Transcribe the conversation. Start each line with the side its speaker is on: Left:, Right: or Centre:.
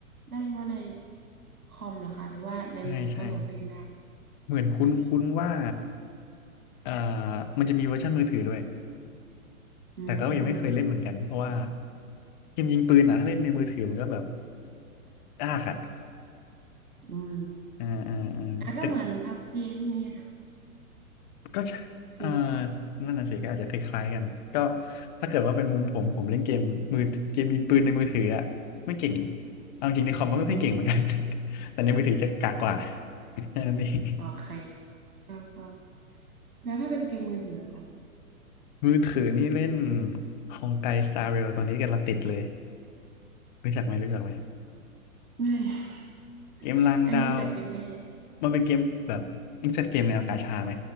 Right: ได้เฉพาะในคอมเหรอคะหรือว่าในมือถือก็โหลดเล่นได้
Left: ใช่ใช่เหมือนคุ้นคุ้นว่าเอ่อมันจะมีเวอร์ชันมือถือด้วย
Right: อืม
Left: แต่ก็ยังไม่เคยเล่นเหมือนกันเพราะว่าเกมยิงปืนอ่ะถ้าเล่นในมือถือมันก็แบบยากอ่ะ
Right: อืม
Left: อ่าอ่าอ่าแต่
Right: แล้วก็เหมือนพับจีพวกนี้ค่ะ
Left: ก็ใช่เออ
Right: ฟรีไฟ
Left: นั่นน่ะสิก็อาจจะคล้ายๆกันก็ถ้าเกิดว่าเป็นมุมผมผมเล่นเกมมือเกมยิงปืนในมือถืออ่ะไม่เก่งเอาจริงในคอมก็ไม่ค่อยเก่งเหมือนกัน
Right: อืม
Left: <laughs> แต่ในมือถือจะกากกว่า <laughs> แค่นั้นเอง
Right: โอเคก็ก็แล้วถ้าเป็นเกมมือถืออะค่ะ
Left: <laughs> มือถือนี่เล่นฮองไกสตาร์เรลตอนนี้กำลังติดเลยรู้จักไหมรู้จักไหม
Right: ไม่ <laughs>
Left: เกมลางดาว
Right: ไอ้รู้จักเกมไม่เยอะ
Left: มันเป็นเกมแบบรู้จักเกมแนวกาชาไหม